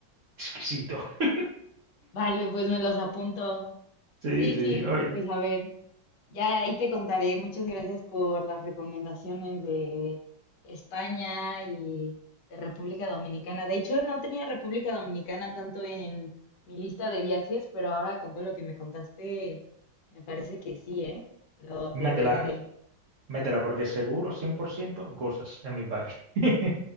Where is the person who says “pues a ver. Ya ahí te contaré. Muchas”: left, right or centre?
Left